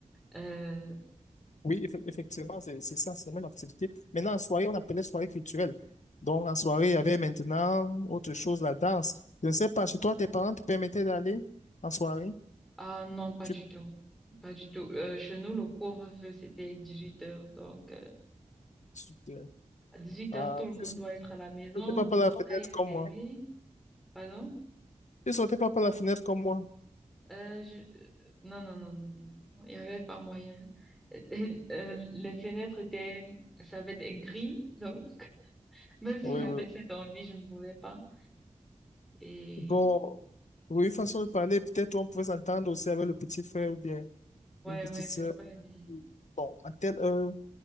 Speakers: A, in the centre; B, on the left.
A: Euh,
B: Oui, eff- effectivement, c'est c'est ça, c'est la même activité. Maintenant, en soirée, on appelait soirée culturelle. Donc, en soirée, il y avait maintenant autre chose, la danse. Je ne sais pas, chez toi, tes parents te permettaient d'aller en soirée?
A: ah non, pas
B: Tu,
A: du tout. Pas du tout. Euh, chez nous, le couvre-feu, c'était 18 heures. Donc, euh,
B: tu, te-
A: à 18
B: ah,
A: heures, tout le monde
B: tu
A: doit être à la maison,
B: sautais pas
A: le
B: par
A: portail
B: la fenêtre
A: est
B: comme
A: fermé.
B: moi.
A: Pardon?
B: Tu sautais pas par la fenêtre comme moi.
A: Euh, je- euh, Non, non, non, non, non, non. Il n'y avait pas moyen. Les, euh, les fenêtres étaient, ça avait des grilles, donc <laughs> même si
B: Oui,
A: j'avais
B: oui.
A: cette envie, je ne pouvais pas. Et
B: Bon, oui, façon de parler, peut-être on pouvait s'entendre aussi avec le petit frère ou bien
A: ouais,
B: une petite
A: ouais,
B: sœur.
A: c'est vrai, mais
B: Bon, à telle heure.